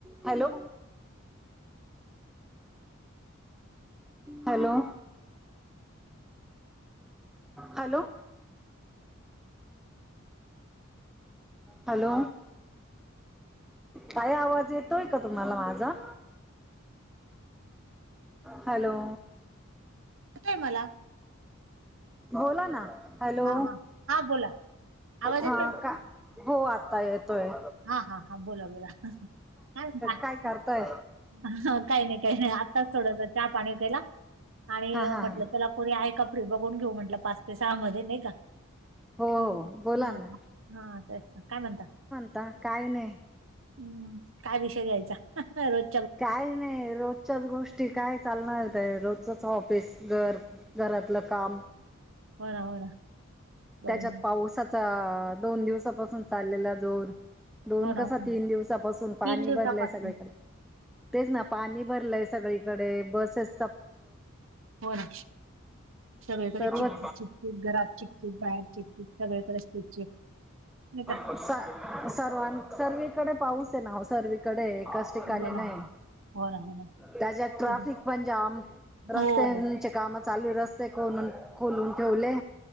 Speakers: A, in the centre; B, on the right (about 70°).
A: Hello. Hello. Hello. Hello. ताई आवाज येतोय का तुम्हाला माझा?
B: <unintelligible>
A: हॅलो.
B: येतोय मला.
A: बोला ना. हॅलो.
B: हा हा हा बोला आवाज येतोय
A: हा
B: ना
A: का? हो आत्ता येतोय.
B: हा हा हा. बोला बोला. काय म्हणता?
A: काय करताय
B: ह काही नाही काही नाही. आत्ताच थोडंसा चहा पाणी केला. आणि
A: हा हा
B: म्हटलं
A: हा
B: चला कोणी आहे फ्री बघून घेऊ म्हंटलं. पाच ते सहा मध्ये नाही का?
A: हो हो
B: हम्म
A: बोला
B: हा
A: ना
B: हा तेच ना. काय म्हणता?
A: आता कास नाही.
B: हम्म काय विषय घ्यायचा? रोज
A: काय नाही रोजच्याच गोष्टी. काय चालणारेते रोजचच ऑफिस घर. घरातलं काम.
B: होय ना होर ना. बरोबर
A: त्याच्यात
B: आहे.
A: पावसाचा दोन दिवसापासून चाललेला जोर. दोन
B: हो ना
A: कसा
B: हो ना.
A: तीन दिवसापासून पाणी
B: तीन दिवसापासून
A: भरलंय सगळीकड. तेच ना पाणी भरलंय सगळीकडे. बसेस
B: हो ना, सगळीकडे
A: सर्वच
B: चीपचीप चीपचीप, घरात चीप चीप बाहेर चीपचीप. सगळकडे चिपचिप. नाही का?
A: स सर्वांन सर्वीकडे पाऊसे ना ओ. सर्वी कडय. एकाच ठिकाणी
B: हो ना
A: नाही.
B: हो ना हो ना
A: त्याच्यात ट्राफिक
B: हो ना
A: पण जाम. रस्ताय
B: हो
A: चे काम चालू येथे. रस्ते खोदून खोलून ठेवले.